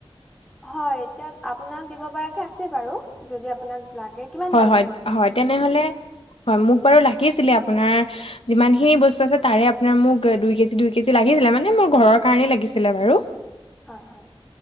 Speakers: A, in the centre; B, on the left.
A: হয়', এতিয়া আপোনাক দিব পৰাকে আছে বাৰু যদি আপোনাক লাগে কিমান
B: হয়',
A: মান
B: - হয়',
A: লাগিব আপোনাক
B: - হয়',
A: দিবলে
B: তেনেহলে হয় মোক বাৰু লাগিছ লাগিছিলে আপোনাৰ যিমানখিনি বস্তু আছে তাৰে আপোনাৰ মোক দুই কেজি দুই কেজি লাগিছিলে মানে মোৰ ঘৰত কাৰে লাগিছিলে বাৰু
A: হয় হয়